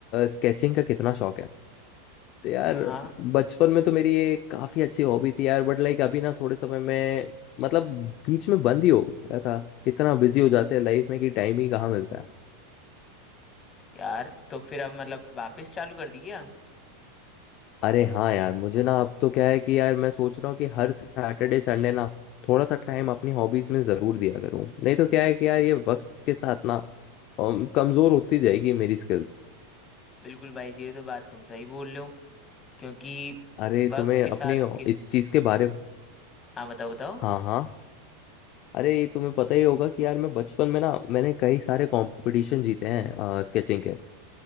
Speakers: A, on the left; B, on the left.
A: स्केचिंग का कितना शौक है तो यार
B: हाँ
A: बचपन में तो मेरी ये काफी अच्छी हॉबी थी यार बट लाइक अभी ना थोड़े समय में मतलब बीच में बंद ही हो गया था इतना बिजी हो जाते हैं लाइफ में कि टाइम ही कहाँ मिलता है
B: यार तो फिर अब मतलब वापस चालू कर दी क्या
A: अरे हाँ यार मुझे ना अब तो क्या है कि यार मैं सोच रहा हूँ कि हर सैटरडे संडे ना थोड़ा सा टाइम अपनी हॉबीज में जरूर दिया करूँ नहीं तो क्या है कि यार ये वक्त के साथ ना अम, कमजोर होती जाएगी मेरी स्किल्स
B: बिल्कुल भाई जी ये तो बात तुम सही बोल रहे हो क्योंकि
A: अरे
B: वक्त
A: तुम्हें
B: के
A: अपने
B: साथ कि...
A: इस चीज के बारे में
B: हाँ बताओ बताओ
A: हाँ हाँ अरे ये तुम्हें पता ही होगा कि यार मैं बचपन में ना मैंने कई सारे कंपटीशन जीते हैं स्केचिंग के